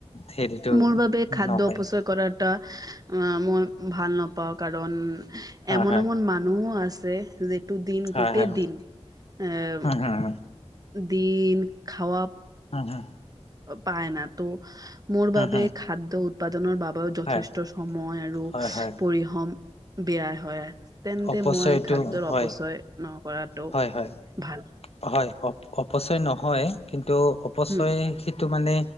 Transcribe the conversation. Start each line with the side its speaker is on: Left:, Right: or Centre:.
Left: হেৰিটো
Right: মোৰ বাবে খাদ্য
Left: নহয়
Right: অপচয় কৰাটা আহ মই ভাল নাপওঁ পা কাৰণ
Left: হয়
Right: এমন-এমন মানুহ আছে যিটো দিন
Left: হয়
Right: গোটেই
Left: হয়
Right: দিন আহ
Left: হয় হয়
Right: দিন খোৱা
Left: হয় হয়
Right: পায় না তো মোৰ
Left: হয়
Right: বাবে খাদ্য উৎপাদনৰ বাবেও যথেষ্ট
Left: হয়
Right: সময় আৰু
Left: হয় হয়
Right: পৰিশম বেয়া হয় তেন্তে
Left: অপচয়টো
Right: মই খাদ্যৰ
Left: হয়
Right: অপচয় কৰাটো
Left: হয় হয়
Right: ভাল।
Left: হয় অ অপচয় নহয় কিন্তু অপচয়
Right: হম।
Left: সেইটো মানে